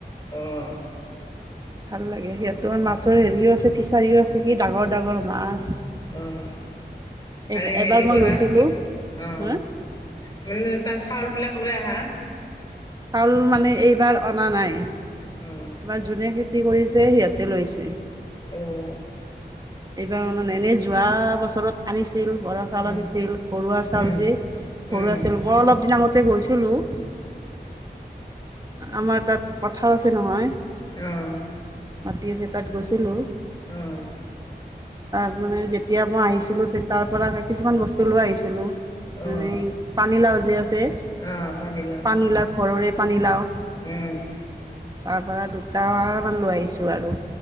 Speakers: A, on the left; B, on the right.
A: অ',
B: ভাল লাগে সিয়া তোৰ মাছ ওচৰ হেৰিও আছে ফিছাৰীও আছে কি ডাঙৰ ডাঙৰ মাছ।
A: অহ।
B: এইব
A: আৰে হেৰি
B: এবাৰ মই
A: কৰা
B: গৈছিলোঁ
A: অ
B: হা
A: মানে তাৰ চাউলবিলাক তলৈ আহা।
B: চাউল মানে এইবাৰ অনা নাই।
A: অ',
B: ইমান জুনীয়া খী। কি কৰিছে সিহঁতে লৈছে?
A: অহ ',
B: এইবাৰ মানে এনেই যোৱা বছৰ। চৰত আনিছিল বৰা চাউল
A: উম, উম,
B: আনিছিল ঘৰুৱা চাউল
A: উম,
B: যে ঘৰুৱা
A: উম,
B: চাউল বৰ অলপ দিনামতে গৈছিলোঁ। আমাৰ তাত পথাৰ আছে নহয়।
A: অহ',
B: মাটি আছে তাত গৈছিলো।
A: অহ ',
B: তাৰ মানে যেতিয়া মই আহিছিলো তে তাৰ পৰা কিছুমান বস্তু লৈ আহিছিলো। মানে
A: অ',
B: পানীলাও যে আছে
A: অ', পানীলাও
B: পানীলাও ঘৰৰে পানীলাও।
A: উম ',
B: তাৰ পৰা দুট মান লৈ আহিছো আৰু।